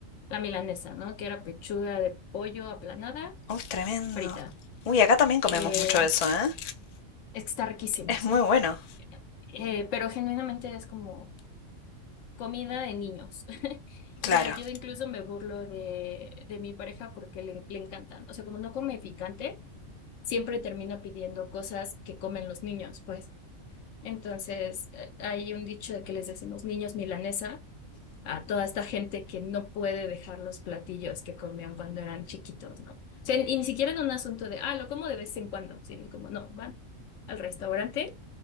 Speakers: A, on the left; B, on the left.
A: la milanesa, ¿no? Que era pechuga de pollo aplanada,
B: Uy, tremendo.
A: frita.
B: Uy, acá también comemos
A: Eh,
B: mucho eso, ¿eh?
A: es que está riquísimo,
B: Es
A: sí.
B: muy bueno.
A: Eh, pero genuinamente es como comida de niños. <laughs>
B: Claro.
A: O sea, yo incluso me burlo de, de mi pareja porque le, le encantan. O sea, como no come picante, siempre termina pidiendo cosas que comen los niños, pues. Entonces, eh, hay un dicho de que les decimos niños milanesa a toda esta gente que no puede dejar los platillos que comían cuando eran chiquitos, ¿no? O sea, y ni siquiera en un asunto de, ah, lo como de vez en cuando, sino como, no, van al restaurante